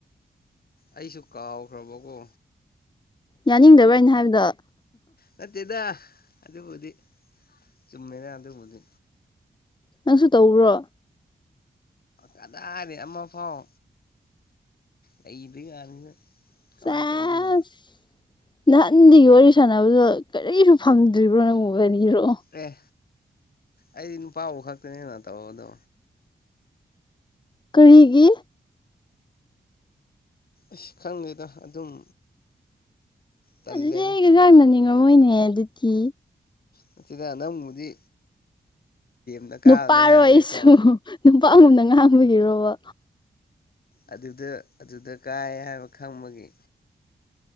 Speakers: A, on the left; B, on the left.
A: ꯑꯩꯁꯨ ꯀꯥꯎꯈ꯭ꯔꯕꯀꯣ
B: ꯌꯥꯅꯤꯡꯗꯕ꯭ꯔ ꯑꯩꯅ ꯍꯥꯏꯕꯗꯣ
A: ꯅꯠꯇꯦꯗ ꯑꯗꯨꯕꯨꯗꯤ ꯆꯨꯝꯃꯦꯅ ꯑꯗꯨꯕꯨꯗꯤ
B: ꯅꯪꯁꯨ ꯇꯧꯕ꯭ꯔꯣ
A: ꯀꯗꯥꯏꯗꯩ ꯑꯃ ꯐꯥꯎ ꯂꯩꯇ꯭ꯔꯤ ꯀꯥꯟꯁꯤꯗ
B: ꯆꯦꯁ
A: ꯀꯃꯥꯏꯅ ꯇꯧꯗꯣꯏꯅꯣ
B: ꯅꯍꯥꯟꯗꯒꯤ ꯋꯥꯔꯤ ꯁꯥꯟꯅꯕꯗꯣ ꯀꯔꯤꯁꯨ ꯐꯪꯗ꯭ꯔꯤꯕ꯭ꯔꯣ ꯅꯪꯕꯨ ꯀꯔꯤꯔꯣ
A: ꯑꯦ ꯑꯩꯗꯤ ꯅꯨꯄꯥꯕꯨ ꯈꯛꯇꯅꯦꯅ ꯇꯧꯕꯗꯣ
B: ꯀꯔꯤꯒꯤ
A: ꯏꯁ ꯈꯪꯗꯦꯗ ꯑꯗꯨꯝ ꯇꯜꯂꯦꯗ
B: ꯑꯗꯨꯗꯤ ꯑꯩ <inaudible> ꯅꯤꯡꯉꯝꯃꯣꯏꯅꯦ ꯑꯗꯨꯗꯤ
A: ꯅꯠꯇꯦꯗ ꯅꯪꯕꯨꯗꯤ <inaudible>
B: ꯅꯨꯄꯥꯔꯣ
A: ꯍꯥꯏꯔꯔꯣꯏꯀꯣ
B: ꯑꯩꯁꯨ ꯅꯨꯄꯥꯒꯨꯝꯅ ꯉꯥꯡꯕꯒꯤꯔꯣꯕ
A: ꯑꯗꯨꯗ ꯑꯗꯨꯗ <inaudible> ꯍꯥꯏꯕ ꯈꯪꯕꯒꯤ